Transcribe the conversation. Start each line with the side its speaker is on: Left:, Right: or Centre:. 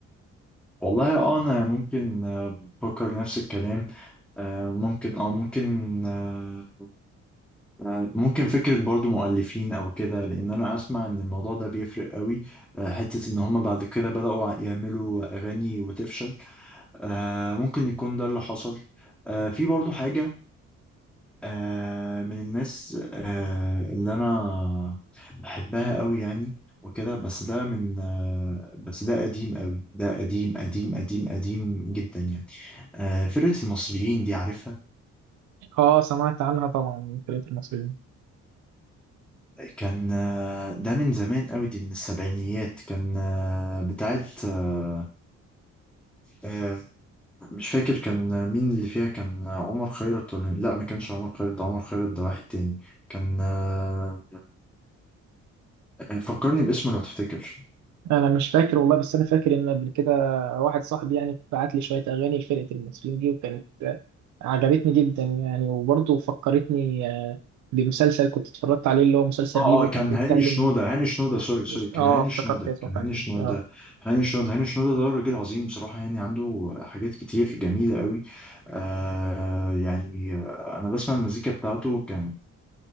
Centre: والله اه انا ممكن آه، بفكر نفس الكلام آه، ممكن اه ممكن آه، آه، ممكن فكرة برضو مؤلفين او كده لان انا اسمع ان الموضوع ده بيفرق قوي آه، حتة ان هم بعد كده بدأوا يعملوا اغاني وتفشل آه، ممكن يكون ده اللي حصل آه، في برضو حاجة آه من الناس آه اللي انا بحبها قوي يعني وكده بس ده من آه بس ده قديم قوي ده قديم قديم قديم قديم جدا يعني آه فرقة المصريين دي عارفها
Right: أه سمعت عنها طبعا من فرقة المصريين
Centre: كان آه ده من زمان قوي دي من السبعينيات كان آه بتاعت آه آه مش فاكر كان مين اللي فيها كان عمر خيرت ولا لا ما كانش عمر خيرت ده عمر خيرت ده واحد تاني كان آه فكرني باسمه لو تفتكر
Right: أنا مش فاكر والله بس أنا فاكر إن قبل كده واحد صاحبي يعني بعت لي شوية أغاني لفرقة المصريين دي وكانت آه، عجبتني جدا يعني وبرضه فكرتني آه، بمسلسل كنت اتفرجت عليه اللي هو مسلسل
Centre: اه
Right: ريفو
Centre: اه كان
Right: كان بيتكلم
Centre: هاني شنودة هاني شنودة سوري سوري
Right: مش
Centre: كان
Right: اه
Centre: هاني
Right: افتكرت
Centre: شنودة
Right: اسمه
Centre: كان
Right: فعلا
Centre: هاني شنودة
Right: آه.
Centre: هاني شنودة هاني شنودة ده راجل عظيم بصراحة يعني عنده حاجات كتير جميلة قوي آه يعني آه، أنا بسمع المزيكا بتاعته كانت